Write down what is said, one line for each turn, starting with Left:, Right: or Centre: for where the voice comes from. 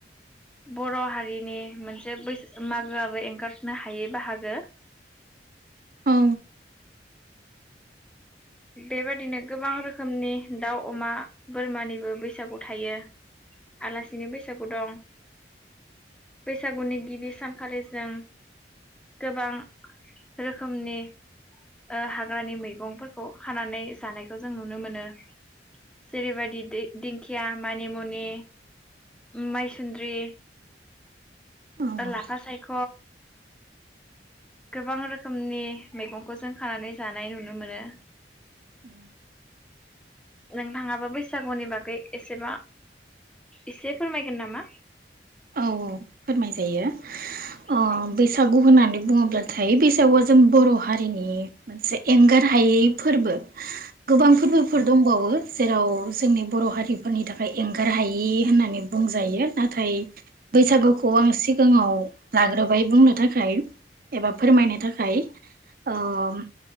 Centre: बर' हारिनि मोनसे बैसो मागोआबो एंगारनो हायै बाहागो।
Right: औ
Centre: बेबायदिनो गोबां रोखो रोखोमनि दाउ अमा बोरमानिबो बैसागु थायो आलासिनि बैसागु दं बैसागुनि गिबि सानखालि जों गोबां रोखोमनि ओ हाग्रानि मैगंफोर खौ खानानै जानायखौ जों नुनो मोनो जेरैबायदि दि-दिंखिया, मानिमुनि, माइसुन्द्रि
Right: औ
Centre: लाफा
Right: औ
Centre: सायख गोबां रोखोमनि मैगंखौ जों खानानै जानाय नुनो मोनो
Right: उम
Centre: नोंथाङाबो बैसागुनि बागै एसेबा एसे फोरमायगोन नामा?
Right: औ औ फोरमाय जायो। अ
Centre: औ
Right: बैसागु होननानै बुङोब्लाथाय बैसागुआ जों बर' हारिनि मोनसे एंगार हायै फोरबो गोबां फोरबोफोर दंबावो जेराव जोंनि बर हारि फोरनि थाखाय एंगार हायि होन्नानै बुंजायो नाथाय बैसागुखौ आं सिगाङाव लाग्रोबाय बुंनो थाखाय एबा फोरमायनो थाखाय ओ